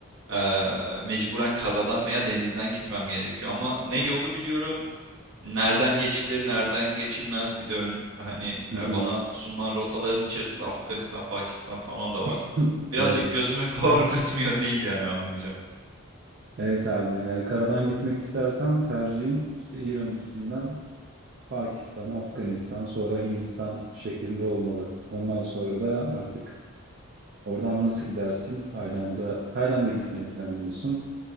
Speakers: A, on the right (about 60°); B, on the right (about 45°).
A: eee, mecburen karadan veya denizden gitmem gerekiyor ama ne yolu biliyorum, Nereden geçilir, nereden geçilmez bir de önüm hani
B: Hı
A: e,
B: hı.
A: bana sunulan rotaların içerisinde Afganistan, Pakistan falan da
B: <laughs>
A: var. Birazcık
B: Evet.
A: gözüme <laughs> korkutmuyor değil yani anlayacağım.
B: Evet abi. Yani karadan gitmek istersen tercihin işte İran üstünden Pakistan, Afganistan, sonra Hindistan şeklinde olmalı. Ondan sonra da artık oradan nasıl gidersin? Tayland'a Tayland'a gitmeyi planlıyorsun.